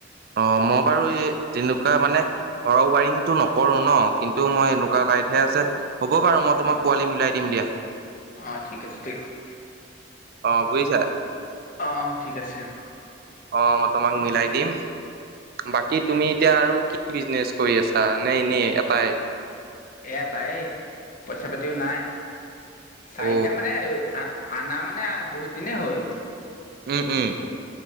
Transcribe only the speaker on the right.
অ মই বাৰু এই তেনেকুৱা মানে ঘৰ ৱাৰিংটো নকৰো ন কিন্তু মই এনেকুৱা লাইট । হে আছে হ'ব বাৰু মই তোমাক
পোৱালি মিলাই দিম দিয়া ।
অ বুজিছা
অ মই তোমাক মিলাই দিম । বাকী তুমি এতিয়া আৰু কি বিজনেচ কৰি আছা নে এনে এটাই
অ
উম উম